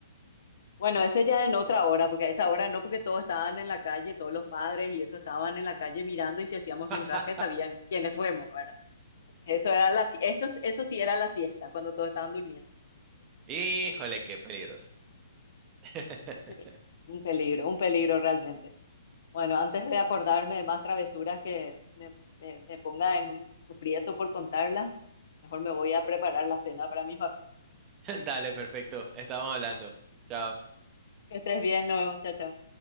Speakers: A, on the left; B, on the right.
A: bueno, eso ya en otra hora, porque a esa hora no, porque todos estaban en la calle, todos los padres y eso estaban en la calle mirando y si hacíamos
B: <laughs>
A: rinraje sabían quiénes fuimos, ¿verdad? Eso era la, si- esto, eso sí era la fiesta, cuando todos estaban durmiendo.
B: Híjole, qué peligroso. <laughs>
A: Sí, un peligro, un peligro realmente. Bueno, antes de acordarme de más travesuras que me, eh, me ponga en un aprieto por contarlas, mejor me voy a preparar la cena para mi familia.
B: Dale, perfecto, estamos hablando. Chao.
A: Que estés bien, nos vemos, chao, chao.